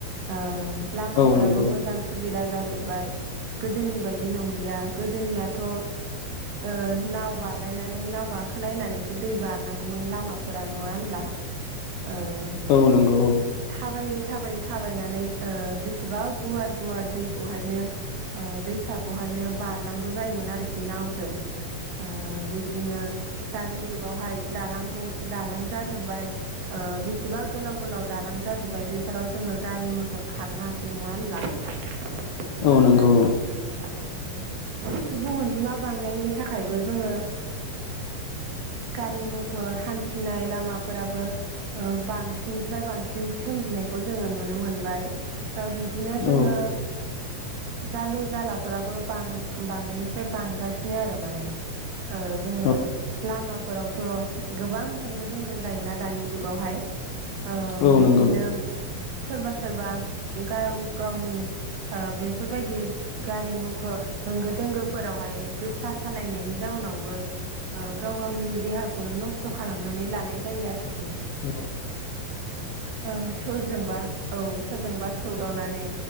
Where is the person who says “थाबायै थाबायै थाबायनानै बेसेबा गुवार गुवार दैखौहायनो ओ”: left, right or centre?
Right